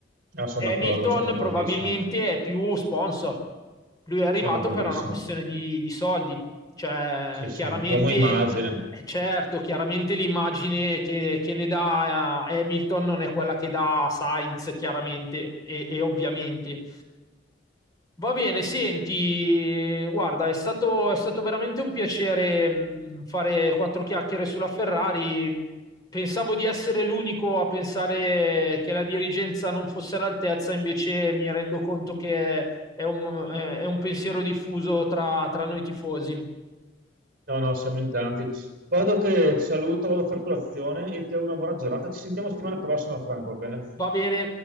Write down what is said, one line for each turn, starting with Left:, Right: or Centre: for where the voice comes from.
Right: Ah, sono
Left: Hamilton
Right: d'accordo, sono d'accordissimo,
Left: probabilmente è più sponsor. Lui è arrivato
Right: sono d'accordissimo.
Left: per una questione di, di soldi. Cioè,
Right: Sì, sì,
Left: chiaramente,
Right: uomo immagine.
Left: eh, certo, chiaramente l'immagine che, che ne dà eh, Hamilton non è quella che dà Sainz, chiaramente e e ovviamente. Va bene, senti, guarda, è stato, è stato veramente un piacere mh, fare quattro chiacchiere sulla Ferrari. Pensavo di essere l'unico a pensare che la dirigenza non fosse all'altezza, invece mi rendo conto che è un, è un pensiero diffuso tra, tra noi tifosi.
Right: No, no, siamo in tanti. Guardo che ti saluto, vado a fare colazione e ti auguro una buona giornata. Ci sentiamo settimana prossima, Franco, va bene?
Left: Va bene,